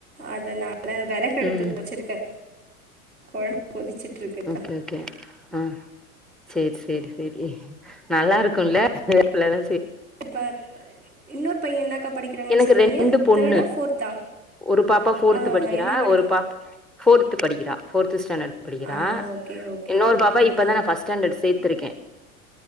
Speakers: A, on the right (about 80°); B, in the centre.
A: அதனால வெறகடுப்புல
B: ம்
A: வச்சிருக்கே கொழம்பு கொதிச்சிட்ருக்கு <unintelligible>
B: ஓகே ஆ சேர் சேரி சேரி நல்லா இருக்குல்ல <unintelligible>
A: ப இன்னொரு பையெ என்ன கா படிக்கிறாங்கன்
B: எனக்கு
A: சொன்னீங்க
B: ரெண்டு பொண்ணு
A: தேர்டா போர்த்தா
B: ஒரு பாப்பா ஃபோர்த்து
A: ஆ
B: படிக்கிறா
A: என்னா படிக்
B: ஒரு பாப் ஃபோர்த்து படிக்கிறா ஃபோர்த்து ஸ்டேண்டர்ட் படிக்கிறா
A: ஆ ஓகே ஓகே
B: இன்னொரு
A: ஓகேக்கா
B: பாப்பா இப்பதா நா ஃபஸ்ட் ஸ்டேண்டர்ட் சேத்திரிக்கே